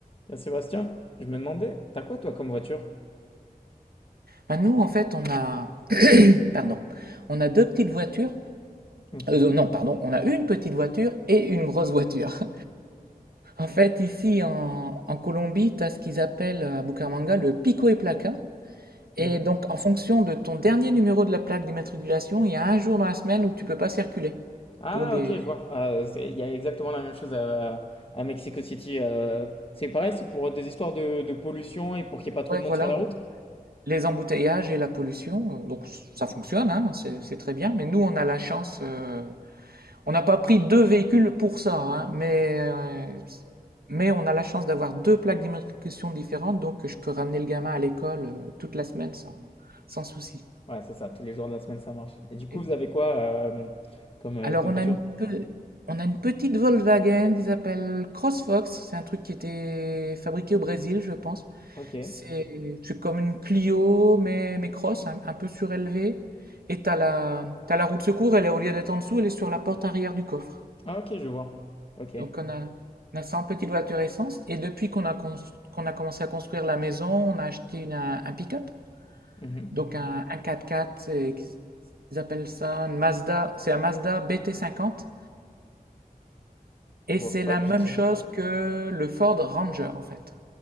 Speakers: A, on the left; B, on the right.
A: Tiens, Sébastien, je me demandais, t'as quoi toi comme voiture?
B: Ben, nous, en fait, on a, pardon, on a deux petites voitures.
A: Ok.
B: Euh, non, pardon, on a une petite voiture et une grosse voiture. <laughs> En fait, ici en, en Colombie, tu as ce qu'ils appellent euh, à Bucaramanga le pico et placa. Et
A: Mhm.
B: donc, en fonction de ton dernier numéro de la plaque d'immatriculation, il y a un jour dans la semaine où tu peux pas circuler
A: Ah
B: pour des,
A: ok, je vois. Euh, c'est- Il y a exactement la même chose à, à Mexico City. euh, c'est pareil, c'est pour des histoires de, de pollution et pour qu'il n'y ait pas trop
B: ouais,
A: de monde
B: voilà,
A: sur la route?
B: les embouteillages et la pollution. Donc, ça fonctionne, hein, c'est c'est très bien. Mais nous, on a la chance, euh, On n'a pas pris deux véhicules pour ça, hein, mais, euh, mais on a la chance d'avoir deux plaques d'immatriculation différentes, donc je peux ramener le gamin à l'école euh, toute la semaine sans, sans souci.
A: Ouais, c'est ça, tous les jours de la semaine ça marche. Et du coup,
B: Et-
A: vous avez quoi euh, comme, euh,
B: alors
A: comme
B: on
A: voiture?
B: a une, pe- on a une petite Volkswagen qui s'appelle CrossFox, c'est un truc qui était fabriqué au Brésil, je pense.
A: Ok.
B: C'est c'est comme une Clio, mais, mais cross, un, un peu surélevée. Et t'as la, t'as la roue de secours, elle est au lieu d'être en dessous, elle est sur la porte arrière du coffre.
A: Ah ok, je vois. Ok.
B: Donc on a, on a 100 petites voitures essence et depuis qu'on a, cons- qu'on a commencé à construire la maison, on a acheté une- un, un pick-up,
A: Mhm.
B: donc un, un quatre x c'est- ils appellent ça une Mazda, c'est un Mazda bt cinquante et
A: Je vois
B: c'est
A: pas
B: la
A: du
B: même
A: tout.
B: chose que le Ford Ranger en fait. Ah,